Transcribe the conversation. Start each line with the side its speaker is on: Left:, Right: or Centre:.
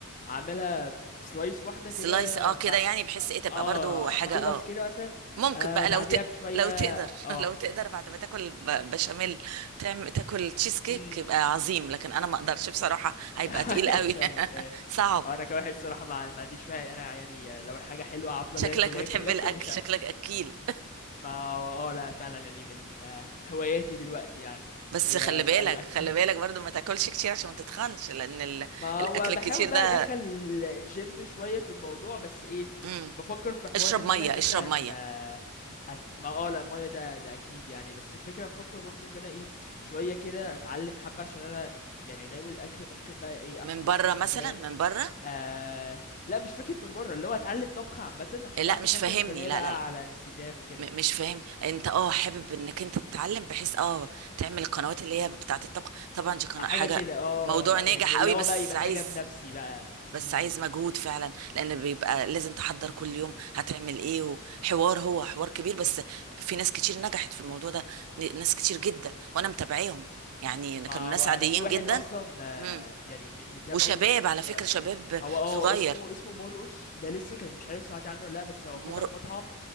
Left: هعملها سلايس واحدة
Right: سلايس
Left: كده
Right: اه كده
Left: بق-
Right: يعني بحس ايه تبقى
Left: اه
Right: برضو حاجة
Left: اخلص
Right: اه
Left: كده مثلا
Right: ممكن
Left: آه
Right: بقى
Left: بعديها
Right: لو ت...
Left: بشوية
Right: لو تقدر
Left: اه
Right: <laughs> لو تقدر بعد ما تاكل ب- بشاميل تعمل تاكل تشيز كيك
Left: إمم،
Right: يبقى
Left: إمم.
Right: عظيم لكن انا ما اقدرش بصراحة هيبقى
Left: <laughs>
Right: تقيل
Left: أيوه
Right: قوي
Left: فاهم تمام.
Right: <laughs> صعب
Left: هو أنا كواحد الصراحة ما ما عنديش فيها أنا يعني لو حاجة حلوة هافضل
Right: شكلك
Left: آكل،
Right: بتحب
Left: آكل، <laughs> آكل
Right: الاكل
Left: مش
Right: شكلك
Left: ه
Right: اكيل
Left: ما هو آه لأ فعلًا يعني من آه، هواياتي دلوقتي يعني،
Right: <laughs> بس
Left: هي
Right: خلي بالك
Left: بقى الأكل.
Right: خلي بالك
Left: <laughs>
Right: برضو ما تاكلش كتير عشان ما تتخنش لان ال...
Left: ما
Right: الاكل
Left: هو باحاول
Right: الكتير
Left: بقى
Right: ده
Left: أدخّل الgym شوية في الموضوع بس إيه،
Right: مم.
Left: بافكّر في حوار
Right: اشرب
Left: إن
Right: مية
Left: أنا مثلًا
Right: اشرب مية
Left: آه، أت ما آه لأ المَيّة ده ده أكيد يعني، بس الفكرة بافكّر برضه إن أنا إيه، شوية كده أتعلّم حبّة عشان أنا يعني غاوي الأكل ممكن بقى إيه، أفتح
Right: من بره
Left: مثلًا
Right: مثلا
Left: قناة
Right: من بره
Left: آه لا مش فكرة من بره اللي هو اتعلم طبخ عامة عشان
Right: لا
Left: افتح
Right: مش
Left: مثلا
Right: فاهمني
Left: قناة
Right: لا
Left: بقى
Right: لا
Left: على انستجرام وكده
Right: م- مش فاهم انت اه حابب انك انت تتعلم بحيث اه تعمل القنوات اللي هي بتاعه الطبخ طبعا دي قناة
Left: حاجة
Right: حاجة
Left: كده اه
Right: موضوع ناجح
Left: يعني اللي
Right: قوي
Left: هو
Right: بس
Left: بقى يبقى
Right: عايز
Left: حاجة بنفسي بقى
Right: بس
Left: م-م.
Right: عايز مجهود فعلا لان بيبقى لازم تحضر كل يوم هتعمل ايه وحوار هو حوار كبير بس في ناس كتير نجحت في الموضوع ده ن- ناس كتير جدا وانا متابعيهم يعني
Left: ما
Right: كانوا ناس
Left: وانا
Right: عاديين
Left: في واحد
Right: جدا
Left: اصلا آه،
Right: مم.
Left: يعني م- متابعه
Right: وشباب على فكرة
Left: آه،
Right: شباب
Left: هو اه
Right: صغير
Left: اسمه اسمه مرقص ده لسه كان مش عارف سمعت عنه ولا لا بس هو فتح
Right: مر...
Left: مطعم